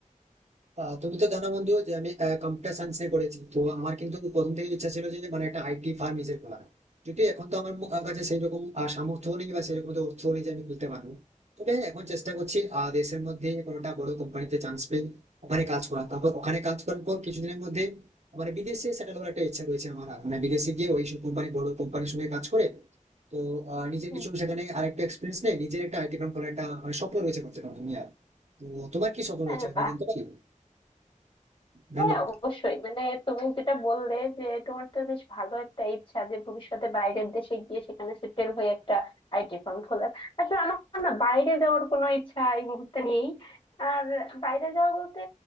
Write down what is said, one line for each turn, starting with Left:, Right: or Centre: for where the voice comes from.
Right: আহ, তুমি তো জানো বন্ধু যে আমি কম্পিউটার সায়েন্সে পড়েছি তো আমার কিন্তু প্রথম থেকে ইচ্ছা ছিল যে মানে একটা আইটি ফার্ম নিজের খোলা যদি এখন তো আমার মু- আমার কাছে সেই রকম সামর্থ্য নেই বা সেরকম তো অর্থ নেই যে আমি খুলতে পারবো তবে হ্যাঁ, এখন চেষ্টা করছি আহ, দেশের মধ্যে কোনোটা বড় কোম্পানিতে চান্স পেয়ে ওখানে কাজ করা তারপর ওখানে কাজ করার পর কিছুদিনের মধ্যে আমার বিদেশে সেটেল হওয়ার একটা ইচ্ছা রয়েছে আমার মানে বিদেশে গিয়ে ওই সব কোম্পানি বড় কোম্পানির সঙ্গে কাজ করে তো আহ, নিজের
Left: হুম।
Right: কিছু সেখানে আরেকটা এক্সপিরিয়েন্স নেই নিজের একটা আইটি ফার্ম খোলার একটা মানে স্বপ্ন রয়েছে করতে পারবো তুমি আর তো তোমার কি স্বপ্ন রয়েছে
Left: আরে
Right: আমি
Left: বাহ
Right: জানতে পারি ধন্যবাদ
Left: হ্যাঁ অবশ্যই মানে তুমি যেটা বললে যে তোমার তো বেশ ভালো একটা ইচ্ছা যে ভবিষ্যতে বাইরের দেশে গিয়ে সেখানে সেটেল হয়ে একটা আইটি ফার্ম খোলার আসলে আমার না বাইরে যাওয়ার কোনো ইচ্ছা এই মুহূর্তে নেই আর বাইরে যাওয়া বলতে